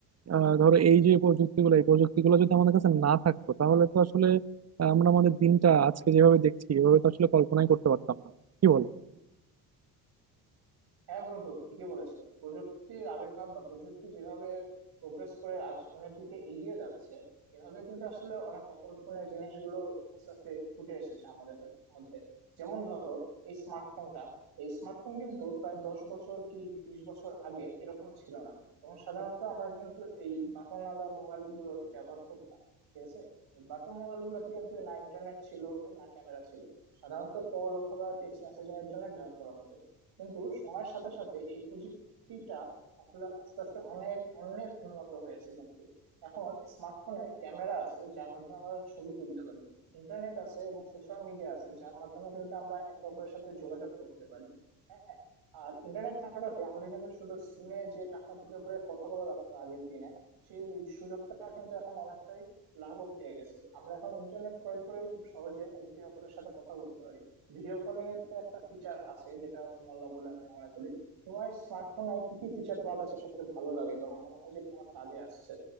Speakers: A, on the right; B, on the right.
A: আহ, ধরো এই যে প্রযুক্তিগুলো এই প্রযুক্তিগুলো যদি আমাদের কাছে না থাকতো তাহলে তো আসলে আমরা আমাদের দিনটা আজকে যেভাবে দেখছি এভাবে তো আসলে কল্পনাই করতে পারতাম না কি বলো
B: হ্যাঁ বন্ধু ঠিকই বলেছো প্রযুক্তির আবির্ভাব বা প্রযুক্তি যেভাবে প্রোগ্রেস করে আর সামনের দিকে এগিয়ে যাচ্ছে এভাবে কিন্তু আসলে অনেক অকল্পনীয় জিনিসগুলো আস্তে আস্তে ফুটে এসেছে আমাদের মধ্যে যেমন ধরো এই স্মার্টফোনটা এই স্মার্টফোন কিন্তু প্রায় দশ বছর কি বিশ বছর আগে এরকম ছিল না তখন সাধারণত আমরা কিন্তু এই বাটনওয়ালা মোবাইল গুলো ব্যবহার করতাম ঠিক আছে এই বাটন মোবাইল গুলোতে কিন্তু না ইন্টারনেট ছিল না ক্যামেরা ছিল সাধারণত কল অথবা টেক্সট মেসেজিং এর জন্য ব্যবহার করা হতো কিন্তু সময়ের সাথে সাথে এই প্রযুক্তিটা আসলে আস্তে আস্তে অনেক অনেক উন্নত হয়েছে কিন্তু এখন স্মার্টফোনে ক্যামেরা আছে যার মাধ্যমে আমরা ছবি তুলতে পারি ইন্টারনেট আছে এবং সোশ্যাল মিডিয়া আছে যার মাধ্যমে কিন্তু আমরা একে অপরের সাথে যোগাযোগ করতে পারি হ্যাঁ আর ইন্টারনেট থাকাতে আমাদের কিন্তু শুধু সিমে যে টাকা ভরে ভরে কথা বলা লাগতো আগের দিনে সেই সুযোগটা কিন্তু এখন অনেকটাই লাঘব হয়ে গেছে আমরা এখন ইন্টারনেট ক্রয় করে খুব সহজে একে অপরের সাথে কথা বলতে পারি ভিডিও কলিং এর তো একটা ফিচার আছে যেটা অন্যান্য বলে আমি মনে করি তোমার স্মার্টফোন আর কি কি ফিচার তোমার কাছে সবচেয়ে ভালো লাগে বা মনে হয় যে তোমার কাজে আসছে